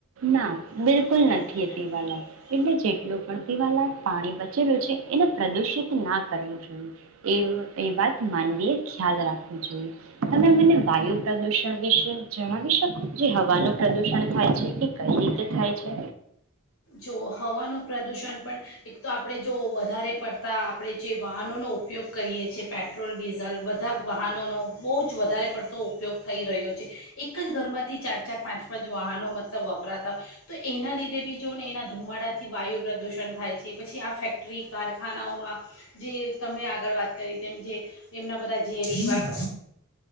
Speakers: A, on the right; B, on the left.
A: ના
B: હવાનું
A: બિલકુલ નથી એ પીવાલાયક એટલે જેટલું પણ પીવાલાયક પાણી બચેલું છે. એને પ્રદુષિત ના કરવું જોઈએ એ એ વાત નવી એ ખ્યાલ રાખવું જોઈએ તમે મને વાયુ પ્રદુષણ વિશે જણાવી શકો. જે હવાનું પ્રદુષણ થાય છે એ કઈ રીતે થાય છે.
B: જો હવાનું પ્રદૂષણ પણ એક તો આપણે જો વધારે પડતા આપણે જે વાહનોનો ઉપયોગ કરીએ છીએ પેટ્રોલ ડીઝલ બધા વાહનોનો બહુ જ વધારે પડતો ઉપયોગ થઈ રહ્યો છે. એક જ ઘરમાંથી ચાર ચાર પાંચ પાંચ વાહનો મતલબ વપરાતા હોય તો એના લીધે બી જોને એના ધુમાડાથી વાયુ પ્રદૂષણ થાય છે પછી આ ફેક્ટરી કારખાનાઓમાં જે તમે આગળ વાત કરી તેમ જે એમના બધા ઝેરી અહ્હ